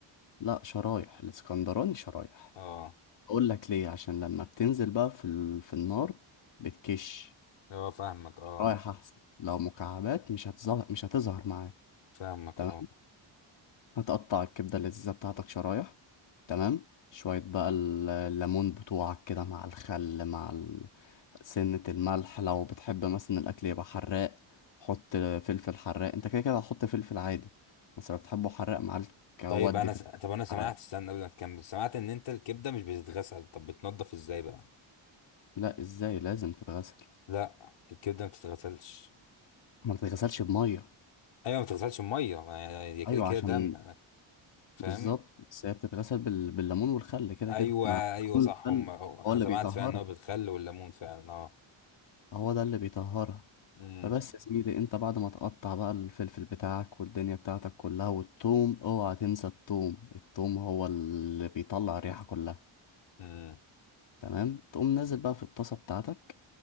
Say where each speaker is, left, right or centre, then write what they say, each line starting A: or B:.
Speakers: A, on the left; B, on the left.
A: لا شرايح الاسكندراني شرايح
B: اه
A: اقول لك ليه عشان لما بتنزل بقى في ال... في النار بتكش
B: اه فاهمك اه
A: رايح احسن لو مكعبات مش هتظهر مش هتظهر معاك
B: فاهمك
A: تمام
B: اه
A: هتقطع الكبده اللذيذه بتاعتك شرايح تمام شويه بقى ال- الليمون بتوعك كده مع الخل مع ال... سنه الملح لو بتحب مثلا الاكل يبقى حراق حط فلفل حراق انت كده كده هتحط فلفل عادي بس لو بتحبه حراق معاك ودي
B: طيب انا
A: فلفل
B: س... طب انا سمعت
A: حراق
B: استنى قبل ما تكمل سمعت ان انت الكبده مش بتتغسل طب بتنضف ازاي بقى
A: لا ازاي لازم تتغسل
B: لا الكبده ما بتتغسلش
A: ما تتغسلش بميه
B: ايوه ما بتتغسلش بميه ما هي هي كده
A: ايوه
B: كده
A: عشان
B: دم فاهم
A: بالظبط بس هي بتتغسل بال... بالليمون والخل كده
B: ايوه
A: كده مع
B: ايوه
A: الليمون
B: صح
A: والخل
B: هم أه،
A: هو
B: انا
A: اللي
B: سمعت
A: بيطهرها
B: فعلا ان هو بالخل والليمون فعلا اه
A: هو ده اللي بيطهرها
B: امم
A: فبس يا زميلي انت بعد ما تقطع بقى الفلفل بتاعك والدنيا بتاعتك كلها والثوم اوعى تنسى الثوم الثوم هو اللي بيطلع الريحة كلها
B: امم
A: تمام تقوم نازل بقى في الطاسة بتاعتك